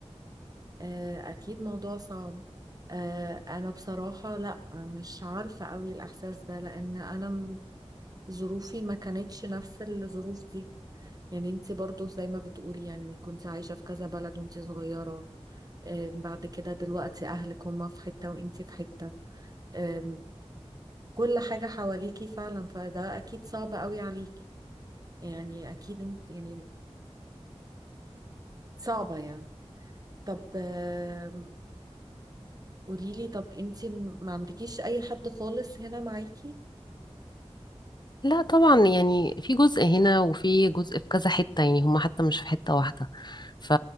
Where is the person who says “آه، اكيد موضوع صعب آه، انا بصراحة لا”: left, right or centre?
Right